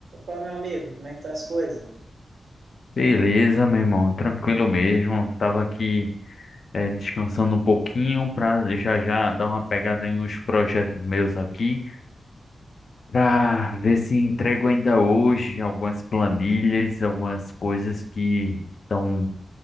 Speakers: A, on the right; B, on the left.
A: Pô, meu amigo, como é que tá as coisas?
B: Beleza, meu irmão, tranquilo mesmo. Tava aqui eh, descansando um pouquinho para já já dar uma pegada em uns projetos meus aqui, para ver se entrego ainda hoje algumas planilhas, algumas coisas que estão